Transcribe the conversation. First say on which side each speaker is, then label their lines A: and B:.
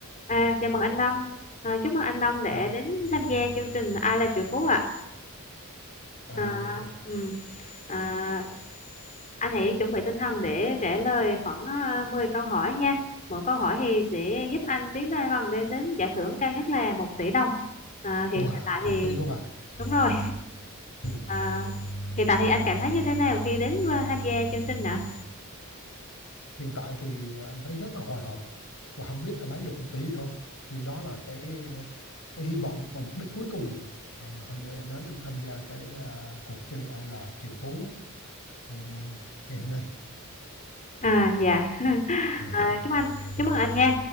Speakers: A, on the left (about 35°); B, on the left (about 70°).
A: À, chào mừng anh Đông. À, chúc mừng anh Đông để
B: À,
A: đến tham gia chương trình Ai là triệu phú ạ.
B: à,
A: À, ừm, à, anh hãy chuẩn bị tinh thần để trả lời khoảng à, 10 câu hỏi nha. Mỗi câu hỏi thì sẽ giúp anh tiến lên gần đến đến giải thưởng cao nhất là một tỷ đồng. À,
B: wow,
A: hiện tại
B: một
A: thì
B: tỷ luôn à?
A: đúng rồi.
B: Ừ.
A: À, hiện tại thì anh cảm thấy như thế nào khi đến à, tham gia chương trình ạ?
B: Hiện tại thì anh thấy rất là hồi hộp và không biết anh lấy được một tỷ không. Nhưng đó là cái cái hy vọng và mục đích cuối cùng à, mà hôm nay anh đến anh tham gia cái à, cuộc chơi ai là triệu phú ừ, ngày hôm nay.
A: À dạ. <laughs>
B: <laughs>
A: À, chúc anh chúc mừng anh nha.